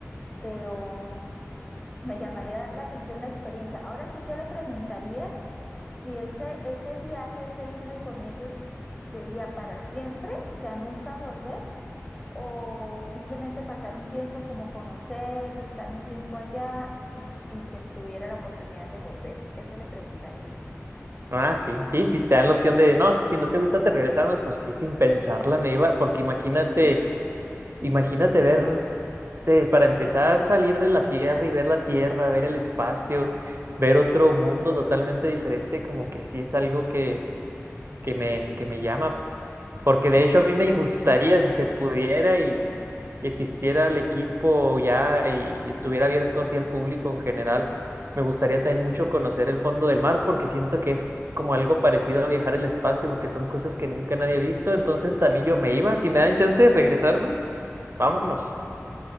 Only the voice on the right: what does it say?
Ah, sí, sí, si te dan la opción de, no, si no te gusta te regresamos, pues sí, sin pensarla me iba, porque imagínate,
imagínate ver, te- para empezar salir de la Tierra y ver la Tierra, ver el espacio, ver otro mundo totalmente diferente, como que sí es algo que, que me, que me llama, porque de hecho a mí me gustaría si se pudiera y, y existiera el equipo ya y estuviera abierto así al público en general, me gustaría también mucho conocer el fondo del mar porque siento que es como algo parecido a viajar el espacio porque son cosas que nunca nadie ha visto, entonces también yo me iba, si me dan chance de regresarme, vámonos.